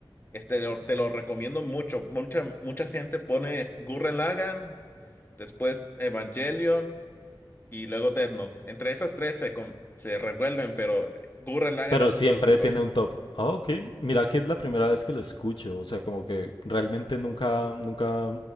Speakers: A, on the left; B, on the left.
A: Este, lo- te lo recomiendo mucho. Mucha, mucha gente pone Gurren Lagann, después Evangelion y luego Death Note. Entre esas tres se, com- se revuelven, pero Gurren Lagann
B: Pero
A: es
B: siempre
A: uno de los mejores.
B: tiene un top. Ah, ok. Mira
A: Sí.
B: que es la primera vez que lo escucho. O sea, como que realmente nunca, nunca